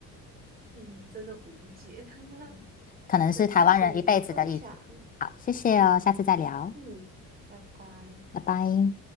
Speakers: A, on the right; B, on the left.
A: 嗯，真的无解。<laughs>
B: 可能是台湾人一辈子的议题。
A: 那谢谢你的分享，
B: 好，谢谢哦，下次再聊，
A: 嗯，拜拜。
B: 拜拜。